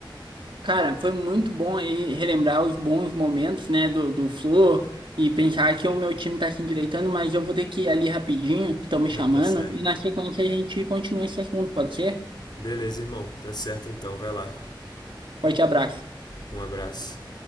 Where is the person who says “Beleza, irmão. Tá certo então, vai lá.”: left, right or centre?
Left